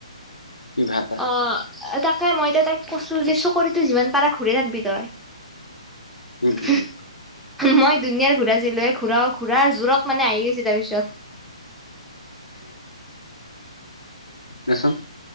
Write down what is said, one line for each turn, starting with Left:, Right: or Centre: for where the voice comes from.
Left: কি ভাল
Centre: অ' তাকে মই তাইক কৈছো যে চকৰিতো যিমান পাৰা ঘূৰে থাকবি তই
Left: উম
Centre: <unintelligible>
Left: উম
Centre: মই দুুনীয়াৰ ঘুৰাইছিলো এ ঘূৰাও ঘূৰাৰ জোৰত মানে আহি গৈছে তাৰ পিছত
Left: দেচোন